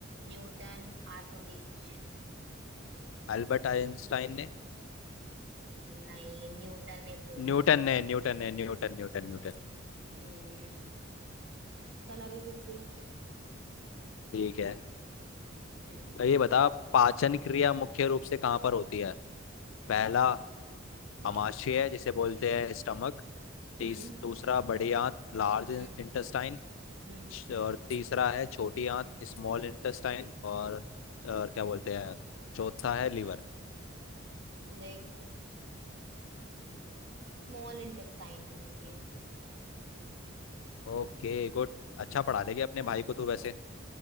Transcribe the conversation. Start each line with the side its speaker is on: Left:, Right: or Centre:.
Right: Newton Archimedes
Left: Albert Einstein ने
Right: नहीं न्यूटन ने खोजा
Left: न्यूटन
Right: था
Left: ने न्यूटन ने न्यूटन न्यूटन न्यूटन
Right: हम्म चल अभी तू पूछ
Left: ठीक है
Right: हम्म
Left: तो ये बता पाचन क्रिया मुख्य रूप से कहाँ पर होती है पहला
Right: हाँ
Left: आमाशय है जिसे बोलते हैं स्टमक तीस
Right: हम्म
Left: दूसरा बड़ी आंत लार्ज
Right: हम्म
Left: इंटेस्टाइन
Right: हम्म
Left: और तीसरा है छोटी आंत स्मॉल इंटेस्टाइन और और क्या बोलते हैं चौथा है लीवर
Right: देख स्मॉल इंटेस्टाइन में होती है
Left: Okay good अच्छा पढ़ा लेंगे अपने भाई को तू वैसे